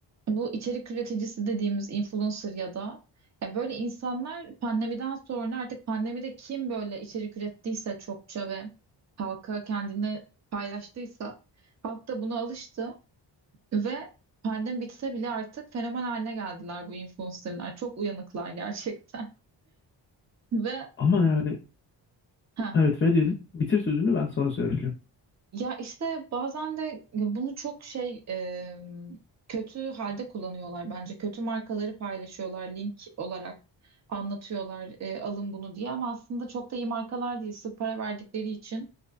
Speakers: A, on the right (about 35°); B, on the left (about 30°).
A: bu içerik üreticisi dediğimiz influencer ya da ya böyle insanlar pandemiden sonra artık pandemide kim böyle içerik ürettiyse çokça ve halka kendini paylaştıysa halk da buna alıştı. Ve pandemi bitse bile artık fenomen haline geldiler bu influencerlar. Çok uyanıklar gerçekten. <laughs> Ve
B: Ama yani
A: ha
B: evet ve dedin. Bitir sözünü ben sonra söyleyeceğim.
A: ya işte bazen de bunu çok şey e, kötü halde kullanıyorlar bence. Kötü markaları paylaşıyorlar link olarak anlatıyorlar e, alın bunu diye ama aslında çok da iyi markalar değil. Sırf para verdikleri için